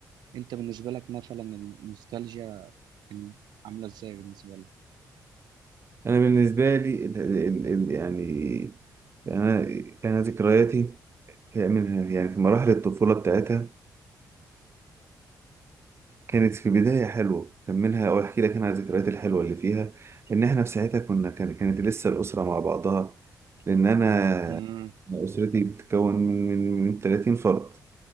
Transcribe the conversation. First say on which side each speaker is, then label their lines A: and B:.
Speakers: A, on the right; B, on the right.
A: أنت بالنسبة لك مثلا النوستالجيا كان عاملة إزاي بالنسبة لك؟
B: انا بالنسبه لي ال ال ال يعني انا انا ذكرياتي هي منها يعني في مراحل الطفوله بتاعتها كانت في بدايه حلوه كان منها او احكي لك انا على الذكريات الحلوه اللي فيها ان احنا في ساعتها كنا كان كانت لسه الاسره مع بعضها لان انا
A: امم
B: أنا اسرتي بتتكون من من من 30 فرد